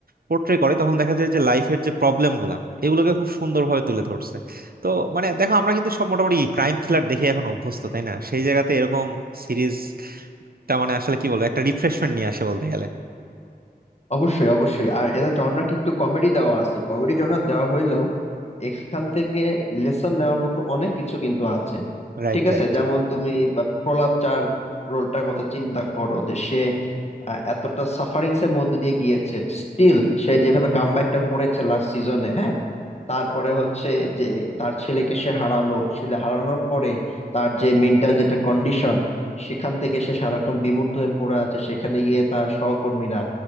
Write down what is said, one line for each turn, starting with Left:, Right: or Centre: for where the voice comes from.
Right: পোর্ট্রে করে তখন দেখা যায় যে লাইফের যে প্রবলেম গুলা এগুলোকে খুব সুন্দরভাবে তুলে ধরছে তো মানে দেখো আমরা কিন্তু সব মোটামুটি ক্রাইম থ্রিলার দেখে এখন অভ্যস্ত তাই না সেই জায়গাতে এরকম সিরিজটা মানে আসলে কি বলবো একটা রিফ্রেশমেন্ট নিয়ে আসে বলতে গেলে
Left: অবশ্যই অবশ্যই আর এরা জনরা কিন্তু কমেডি দেওয়া আছে কমেডি জনরা দেওয়া হইলেও এখান থেকে লেসন নেওয়ার মতো অনেক কিছু কিন্তু আছে
Right: Right
Left: ঠিক আছে
Right: right
Left: যেমন তুমি বা প্রহ্লাদ চার রোলটার কথা চিন্তা করো যে সে আহ, এতটা সাফারিংস এর মধ্যে দিয়ে গিয়েছে স্টিল সে যেভাবে কামব্যাকটা করেছে লাস্ট সিজনে হ্যাঁ তারপরে হচ্ছে যে তার ছেলেকে সে হারালো ছেলে হারানোর পরে তার যে মেন্টাল যেটা কন্ডিশন সেখান থেকে সে সারাক্ষণ বিমূর্ত হয়ে পড়ে আছে সেখানে গিয়ে তার সহকর্মীরা